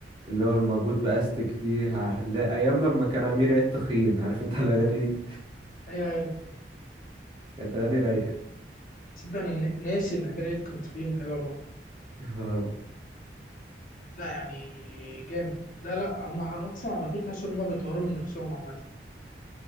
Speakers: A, on the right; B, on the left.
A: اللي هو المربوط باستك دي ع- لا ايام ما كان امير عيد تخين عارف انت الاغاني دي
B: ايوه ايوه
A: كانت اغاني رايقه
B: تصدق انا ن- ناسي ان امير عيد كان تخين ايوه والله
A: آه.
B: لا يعني جامد لا لا هم اصلا على طول تحس ان هم بيطوروا من نفسهم عامه